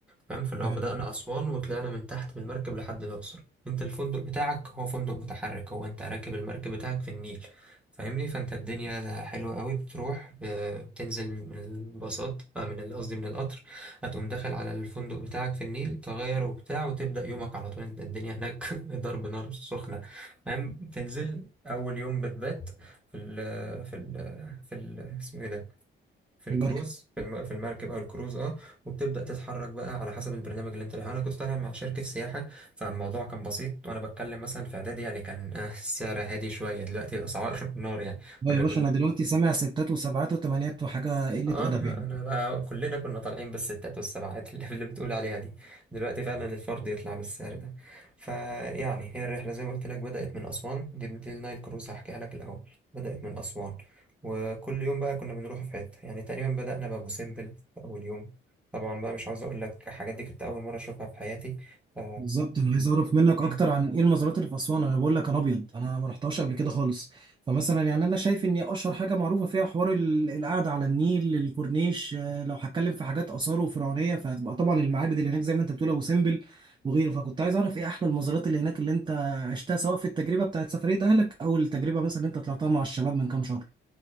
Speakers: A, in the centre; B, on the right (about 25°).
A: فاهم فاللي
B: تمام
A: هو بدأنا اسوان وطلعنا من تحت بالمركب لحد الاقصر انت الفندق بتاعك هو فندق متحرك هو انت راكب المركب بتاعك في النيل فاهمني فانت الدنيا حلوة قوي بتروح ب- بتنزل من الباصات آه من ال- قصدي من القطر هتقوم داخل على الفندق بتاعك في النيل تغير وبتاع وتبدأ يومك على طول انت الدنيا هناك <laughs> ضرب نار سخنة فاهم تنزل أول يوم بتبات في ال في ال في ال اسمه ايه ده في
B: في
A: الكروز
B: المركب
A: في الم- في المركب او الكروز اه وبتبدا تتحرك بقى على حسب البرنامج اللي انت رايح انا كنت طالع مع شركه سياحه فالموضوع كان بسيط وانا بتكلم مثلا في اعدادي يعني كان آه، السعر هادي شويه دلوقتي الاسعار <laughs> نار يعني
B: لا
A: كنا
B: يا باشا
A: كلنا
B: انا دلوقتي سامع ستات وسبعات وثمانيات وحاجه قله
A: اه
B: ادب يعني
A: انا بقى كلنا كنا طالعين بالستات والسبعات اللي, اللي بتقول عليها دي دلوقتي فعلا الفرد يطلع بالسعر ده فيعني هي الرحله زي ما قلت لك بدات من اسوان دي, دي النايل كروز هحكيها لك الاول بدات من اسوان وكل يوم بقى كنا بنروح في حته يعني تقريبا بدانا بابو سمبل في اول يوم طبعا بقى مش عاوز اقول لك الحاجات دي كنت اول مره اشوفها في حياتي ف
B: بالظبط انا عايز اعرف منك
A: مم.
B: اكتر عن ايه المزارات اللي في اسوان انا بقول لك انا ابيض انا ما رحتهاش قبل كده خالص فمثلا يعني انا شايف ان اشهر حاجه معروفه فيها حوار ال- القعده على النيل الكورنيش آه، لو هتكلم في حاجات اثار وفرعونيه فهتبقى طبعا المعابد اللي هناك زي ما انت بتقول ابو سمبل وغيره فكنت عايز اعرف ايه احلى المزارات اللي هناك اللي انت عشتها سواء في التجربه بتاعت سفريه اهلك او التجربه مثلا اللي انت طلعتها مع الشباب من كام شهر